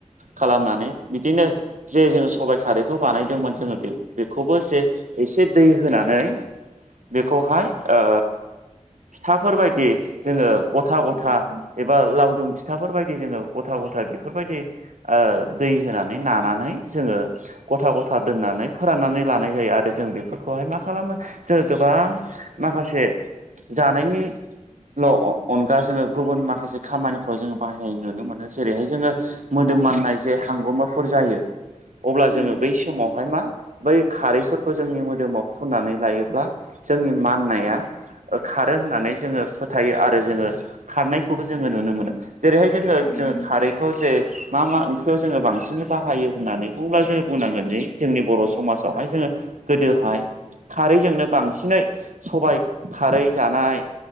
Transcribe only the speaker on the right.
खालामनानै बिदिनो जे जोङो सबायाइ खारैखौ बानायदोंमोन जोङो बे बेखौबो जे एसे दै होनानै बेखौहाय ओ थाफोरबायदि जोङो गथा गथा एबा लावदुम फिथाफोरबायायदि जोङो गथा गथा बेफोरबायदि ओ दै होनानै नानानै जोङो गथा गथा दोननानै फोराननानै लानाय जायो आरो जों बेफोरखौहाय मा खालामो जों गोबां माखासे जानायनि ल' अनगा जोङो गुबुन माखासे खामानिफ्राव जोङो बाहायनाय नुनो मोनो जेरैहाय जोङो मोदोम
मानाय जे हांगमाफुर जायो अब्ला जोङो
बै समावहाय मा बै खारैफोरखौ जोंनि मोदोमाव फुननानै लायोब्ला जोंनि माननाया खारो होननानै जोङो फोथायो आरो जोङो खारनायखौबो जोङो नुनो मोनो। जेरैहाय जोङो
जो
खारैखौ जे मा मा ओंख्रियाव जोङो बांसिनै बाहायो होननानै बुगा जोङो बुंनांगोन जे जोंनि बर' समाजावहाय जोङो गोदोहाय खारैजोंनो बांसिनै सबाय खारै जानाय